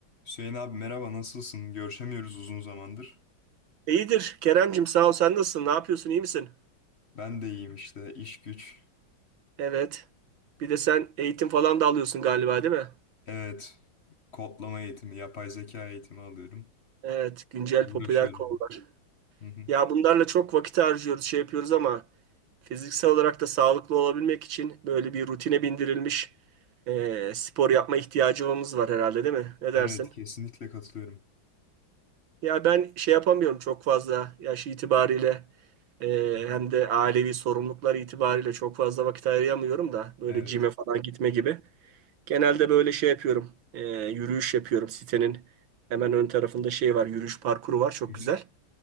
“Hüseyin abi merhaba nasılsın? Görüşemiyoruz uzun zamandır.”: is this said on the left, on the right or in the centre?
Left